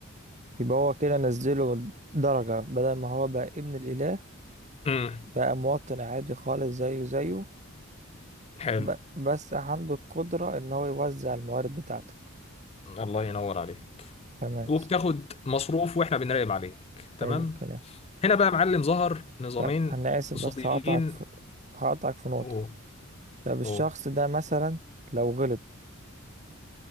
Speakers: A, on the right; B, on the left.
A: يبقى هو كده نزله درجة بدل ما هو بقى ابن الإله
B: امم
A: بقى مواطن عادي خالص زيه زيه
B: حلو
A: ب- بس عنده القدرة ان هو يوزع الموارد بتاعته
B: الله ينور عليك
A: تمام
B: وبتاخد مصروف واحنا بنراقب عليك تمام
A: حلو الكلام
B: هنا بقى يا معلم ظهر نظامين
A: طب انا اسف
B: اقتصاديين
A: بس هقطعك في هقطعك في نقطة
B: اوه
A: طب الشخص
B: اوه
A: ده مثلا لو غلط